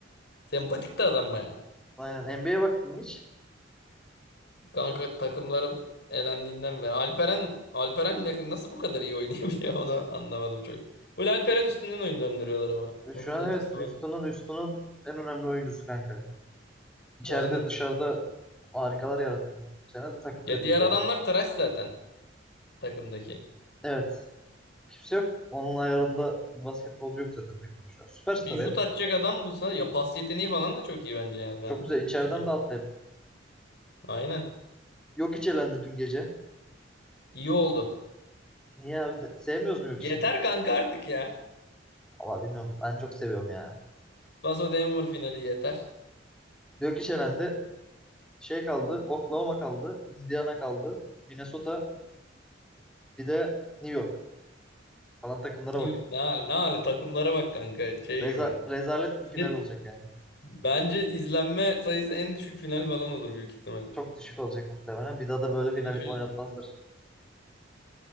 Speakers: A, on the left; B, in the centre.
A: Sempatik de adam bayağı.
B: Aynen. NBA'ye baktın mı hiç?
A: Kanka takımlarım elendiğinden beri. Alperen, Alperen ne- nasıl bu kadar iyi oynayabiliyor <laughs> onu anlamadım çok. Full Alperen üstünden oyun döndürüyorlar ama.
B: E,
A: Onun
B: Şu an
A: da etkisi
B: evet. Houston'ın
A: var.
B: Houston'ın en önemli oyuncusu kanka. İçeride
A: Aynen.
B: dışarıda harikalar yarattı. Bu sene de takım
A: Ya
B: kötüydü
A: diğer adamlar
B: ya.
A: trash zaten takımdaki.
B: Evet. Kimse yok. Onun ayarında basketbolcu yok zaten takımda şu an. Süperstar
A: Bir
B: ya
A: şut
B: takım.
A: atacak adam bulsa ya pas yeteneği falan da çok iyi bence yani. Falan
B: Çok güzel.
A: bir
B: İçeriden
A: şey.
B: dağıttı hep.
A: Aynen.
B: Yok hiç elendi dün gece.
A: İyi oldu.
B: Niye abi? De, sevmiyoruz mu yok
A: Yeter
B: içi?
A: kanka artık ya.
B: Valla bilmiyorum. Ben çok seviyorum ya.
A: Paso Denver finali yeter.
B: Yok iş elendi. Şey kaldı. Oklahoma kaldı. Indiana kaldı. Minnesota. Bir de New York. Kalan takımlara
A: New
B: bak.
A: York ne hal ne hali takımlara bak kanka şey
B: Reza,
A: gibi.
B: rezalet bir final
A: Ya,
B: olacak yani.
A: Bence izlenme sayısı en düşük final falan olur büyük ihtimal.
B: Çok düşük olacak muhtemelen. Bir daha da böyle final
A: Yani şu
B: oynatmazlar.